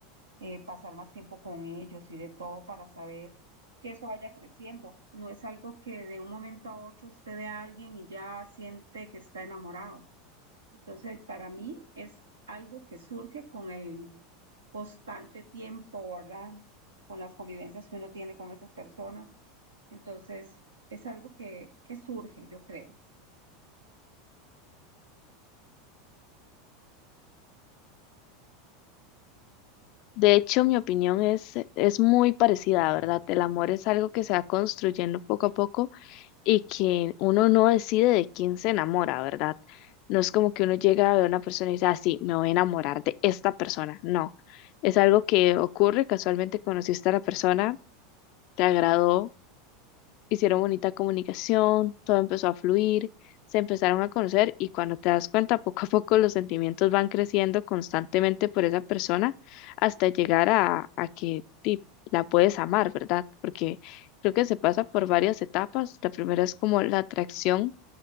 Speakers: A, on the right (about 80°); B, on the left (about 50°).
A: eh, pasar más tiempo con ellos y de todo para saber que eso vaya creciendo. No es algo que de un momento a otro usted ve a alguien y ya siente que está enamorado. Entonces, para mí es algo que surge con el constante tiempo, ¿verdad? Con las convivencias que uno tiene con esas personas. Entonces, es algo que, que surge, yo creo.
B: De hecho, mi opinión es, es muy parecida, ¿verdad? El amor es algo que se va construyendo poco a poco y que uno no decide de quién se enamora, ¿verdad? No es como que uno llega a ver a una persona y dice, ah, sí, me voy a enamorar de esta persona. No, es algo que ocurre, casualmente conociste a la persona, te agradó hicieron bonita comunicación, todo empezó a fluir, se empezaron a conocer y cuando te das cuenta, <laughs> poco a poco los sentimientos van creciendo constantemente por esa persona hasta llegar a, a que ti- la puedes amar, ¿verdad? Porque creo que se pasa por varias etapas. La primera es como la atracción